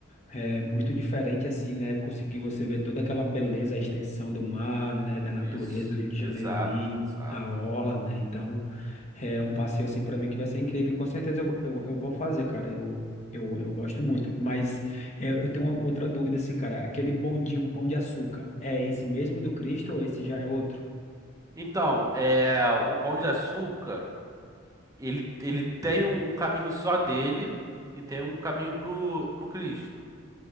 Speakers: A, on the left (about 35°); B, on the right (about 15°).
A: É muito diferente assim, né? Conseguir você ver toda aquela beleza, a extensão do mar, né? Da natureza
B: Isso,
A: do Rio de
B: exato,
A: Janeiro ali,
B: exato.
A: a orla, né? Então, é um passeio assim para mim que vai ser incrível. Com certeza eu, eu, eu vou fazer, cara. Eu, eu, eu gosto muito. Mas é, eu tenho uma outra dúvida assim, cara. Aquele bondinho, um pão de açúcar, é esse mesmo do Cristo ou esse já é outro?
B: Então, é, o Pão de Açúcar, ele, ele tem um, um caminho só dele e tem um caminho pro, pro Cristo.